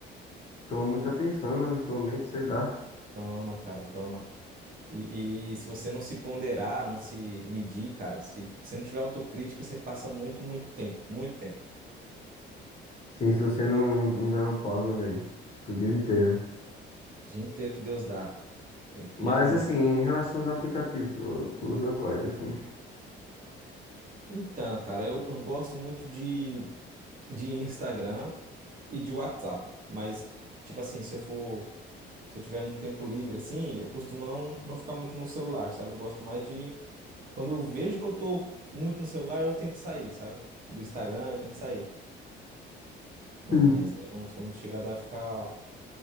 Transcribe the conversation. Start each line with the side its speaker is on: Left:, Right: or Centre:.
Left: toma muita atenção, né, da sua mente, sei lá.
Right: Toma, cara, toma. E, e se você não se ponderar, não se medir, cara, se você não tiver autocrítica, você passa muito, muito tempo, muito tempo.
Left: Sim, se você não, não, não der uma pausa, velho, fica o dia inteiro.
Right: Dia inteiro que Deus dá. E é,
Left: Mas,
Right: e é ruim,
Left: assim,
Right: né?
Left: em relação aos aplicativos, tu, tu usa quais, assim?
Right: Então, cara, eu, eu gosto muito de, de Instagram e de WhatsApp. Mas, tipo assim, se eu for, se eu tiver num tempo livre assim, eu costumo não, não ficar muito no celular, sabe? Eu gosto mais de. Quando eu vejo que eu tô muito no celular, eu tento sair, sabe? Do Instagram, eu tento sair. Mas
Left: Sim.
Right: eu não sou muito chegado a ficar.